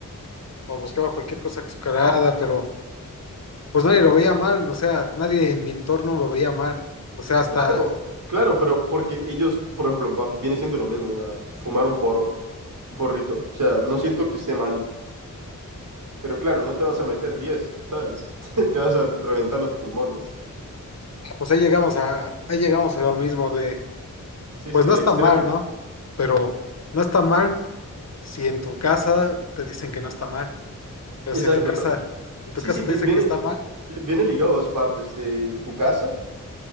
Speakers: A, on the left; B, on the right.
A: o buscaba cualquier cosa azucarada, pero... Pues nadie lo veía mal, o sea, nadie en mi entorno lo veía mal. O sea, hasta,
B: Claro, claro, pero porque ellos, por ejemplo, van- viene siendo lo mismo, o sea, fumar un poro, un porrito, o sea, no siento que esté mal, pero claro, no te vas a meter diez ¿sabes? <laughs> Te vas a reventar los pulmones.
A: pues ahí llegamos a, ahí llegamos a lo mismo de,
B: Sí,
A: pues
B: sí, el
A: no está
B: extremo.
A: mal, ¿no? Pero no está mal si en tu casa te dicen que no está mal. Pero
B: Exacto.
A: si en tu casa,
B: tam-
A: en tu
B: Sí,
A: casa
B: sí, vi-
A: te dicen
B: viene,
A: que está mal.
B: viene ligado a dos partes de tu casa,